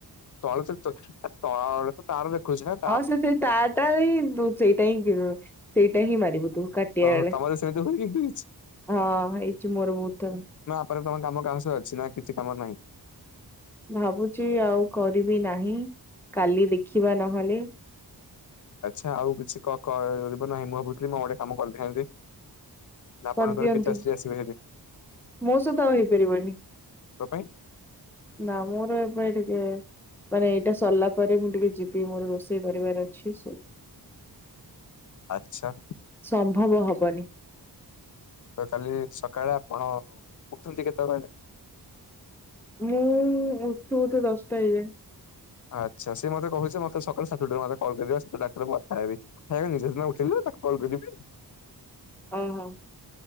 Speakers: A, on the left (about 50°); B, in the centre.
A: ତଳେ ଚିକି ଚାକ ହେ ତଳେ ତ। ତାର ଦେଖେଉଛିନାଁ?
B: ହଁ ସେଥିରେ ତାଟା ଇଁ ତୁ ସେଇଟା ହିଁ ବି। ସେଇଟା ହିଁ ମାରିବୁ ତୁ। କାଇଁ କିଏ
A: ଓହୋ
B: ଆଣେ।
A: ତମର ସେମିତି ହୁଏ କି କିଛି
B: ହଁ ହେଇଛି ମୋର ବହୁତୁ ଥର।
A: ଉପରେ ରେ ତମ କାମ କାହା ସ ଅଛି ନା କିଛି କାମ ନାହିଁ?
B: ଭାବୁଛି ଆଉ କରିବି ନାହିଁ। କାଲି ଦେଖିବା ନହେଲେ।
A: ଆଚ୍ଛା ଆଉ କିଛିି କ କ ମାନେ ନାହିଁ ମୁଁ ଭାବୁଥିଲି ମୁଁ ଗୋଟେ କାମ କରିଥାନ୍ତି। ନା ଆପଣଙ୍କର
B: କରିଦିଅନ୍ତୁ
A: ପିଚା ଶ୍ରୀ ଆସିବେ ହେଲେ?
B: ମୋ ସହିତ ଆଉ ହେଇପାରିବନି।
A: ଙ୍କ ପାଇଁ
B: ନାଁ ମୋର ଏବେ ଟିକେ ମାନେ ଏଇଟା ସଲା ପରେ ମୁଁ ଟିକେ ଯିବି ମୋର ରୋଷେଇ କରିବାର ଅଛି ସେ
A: ଆଚ୍ଛା।
B: ସମ୍ଭବ ହବନି।
A: ତ କାଲି ସକାଳେ ଆପଣ। ଉଠନ୍ତି କେତେବେଳେ କହିଲେ?
B: ମୁଁ ଉଠୁ ଉଠୁ ଦଶଟା ହେଇଯାଏ।
A: ଆଚ୍ଛା ସେ ମତେ କହୁଛି ମତେ ସକାଳେ ସାତଠାରୁ ମତେ କଲ କରିବ ସେ ଡାକ୍ଟର ମଥା ହେବି। ହେ ନିଜେସେଦିନ ଉଠିଲି ତାକୁ କଲ ପେଲିଲି।
B: ଓହୋ।